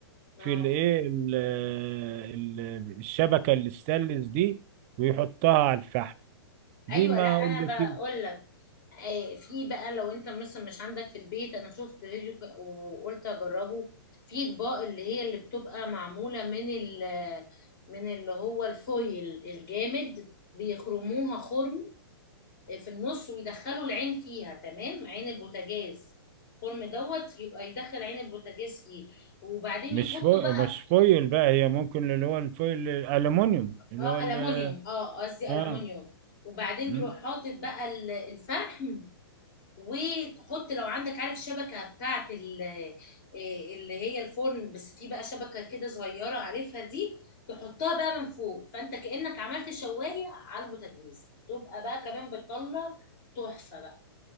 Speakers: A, on the right; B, on the left.
A: في
B: اه
A: الايه ال- ال- الشبكه الاستانلس دي ويحطها على الفحم دي
B: ايوه
A: ما
B: لا انا
A: اقول لك ايه
B: بقول لك آه، في بقى لو انت مثلا مش عندك في البيت انا شفت فيديو ك- وقلت اجربه في اطباق اللي هي اللي بتبقى معمولة من ال من اللي هو الفويل الجامد بيخرموها خرم آه، في النص ويدخلوا العين فيها تمام عين البوتاجاز الخرم دوت يبقى يدخل عين البوتاجاز فيه وبعدين
A: مش
B: يحطوا
A: فويل
B: بقى
A: مش فويل بقى هي ممكن اللي هو الفويل الالومنيوم اللي
B: اه
A: هو ال-
B: ألمونيوم اه قصدي
A: اه
B: ألمونيوم وبعدين
A: مم.
B: تروح حاطط بقى ال- الفحم وتحط لو عندك عارف شبكة بتاعت ال- إيه اللي هي الفرن بس في بقى شبكة كده صغيرة عارفها دي تحطها بقى من فوق فانت كأنك عملت شواية على البوتاجاز تبقى بقى كمان بتطلع تحفة بقى